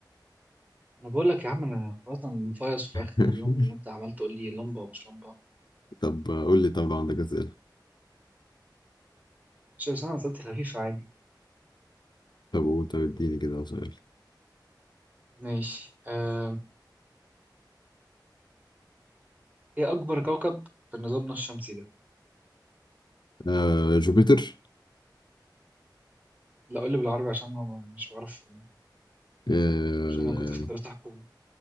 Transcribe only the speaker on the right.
انا بقول لك يا عم انا خلاص انا مفيص في اخر
اليوم وانت عمال تقول لي لمبة ومش لمبة
مش بس انا اسئلتي خفيفة عادي
ماشي آم، ايه اكبر كوكب في نظامنا الشمسي ده
لا قول لي بالعربي عشان ما ما- مش بعرف
عشان انا كنت في مدرسة حكومة